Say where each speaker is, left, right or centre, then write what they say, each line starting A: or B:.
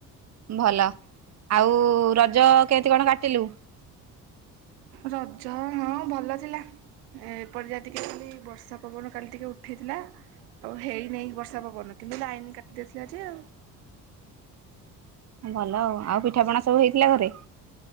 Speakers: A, on the right; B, on the right.
A: ଭଲ। ଆଉ ରଜ କେତି କଣ କାଟିଲୁ?
B: ରଜ, ହଁ ଭଲ ଥିଲା। ଏପଟେ ଯେତିକି ଦେଖିଲି, ବର୍ଷା ପବନ କାଲି ଟିକେ ଉଠେଇଥିଲା। ଆଉ ହେଇନେଇ ବର୍ଷା ପବନ। କିନ୍ତୁ ଲାଇନ କାଟିଦେଇଥିଲା ଯେ ଆଉ।
A: ଭଲ ଆଉ। ଆଉ ପିଠାପଣା ସବୁ ହେଇଥିଲା ଘରେ?